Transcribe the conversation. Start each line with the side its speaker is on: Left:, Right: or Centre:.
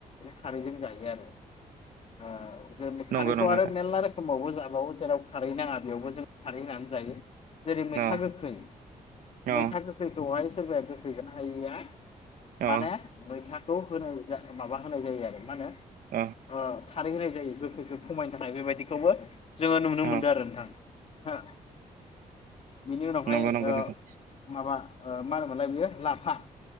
Left: खारैजों जायो आरो
Right: नंगौ
Left: खारैखौ
Right: नंगौ
Left: आरो
Right: नोंथां
Left: मेरला रोखोमै समावबो जाबावो जेराव खारै नाङा बेयावबो जों खारै होनानै जायो जेरै मैथा
Right: अ
Left: गोखै
Right: अ
Left: मैथा गोखैखौहाय सोरबाया गोखै हाया
Right: अ
Left: माने मैथा खौ होनाय माबा होनाय जायो आरो मा होनो ओ
Right: अ
Left: खारै होनाय जायो गोखैखौ खमायनो थाखाय बेबायदि खौमोन जोङो नुनो
Right: अ
Left: मोनदों आरो नोंथां हो बिनि उनावहाय
Right: नंगौ नंगौ
Left: ओ
Right: नोंथां
Left: माबा मा होनोमोन लाय बेयो लाफा